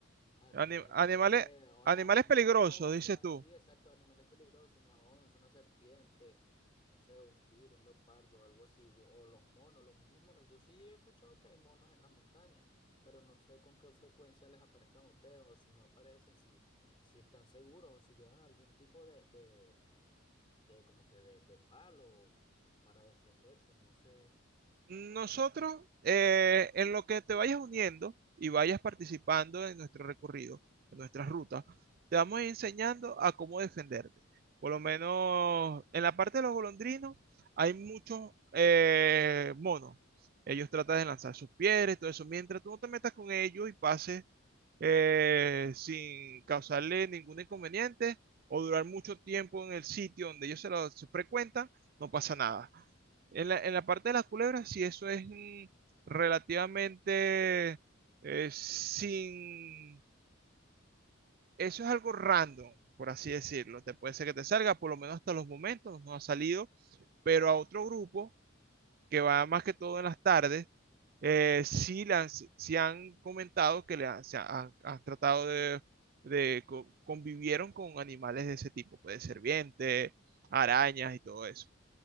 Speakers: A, on the left (about 25°); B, on the right (about 45°).
A: Animales
B: ani- animales,
A: peligrosos, eh, o
B: animales
A: la- una
B: peligrosos,
A: onza,
B: dices tú.
A: sí, exacto, animales peligrosos, una onza, una serpiente, no sé, un tigre, un leopardo, algo así, u- o los monos, los mismos monos. Yo sí he escuchado que hay monos en las montañas, pero no sé con qué frecuencia les aparezcan a ustedes, o si no aparecen, si, si están seguros, o si llevan algún tipo de, de, de como que de, de palo para defenderse, no sé.
B: Nosotros, eh, en lo que te vayas uniendo y vayas participando en nuestro recorrido, en nuestras rutas, te vamos enseñando a cómo defenderte. Por lo menos en la parte de los golondrinos hay muchos eh, monos. Ellos tratan de lanzar sus piedras y todo eso. Mientras tú no te metas con ellos y pases eh, sin causarle ningún inconveniente o durar mucho tiempo en el sitio donde ellos se lo se frecuentan, no pasa nada. En la, en la parte de las culebras, si eso es mm, relativamente eh, sin... Eso es algo random, por así decirlo. Te puede ser que te salga, por lo menos hasta los momentos nos ha salido, pero a otro grupo que va más que todo en las tardes, eh, sí, le han, sí han comentado que le han, se han- han tratado de, de co- convivieron con animales de ese tipo, puede ser serpientes, arañas y todo eso.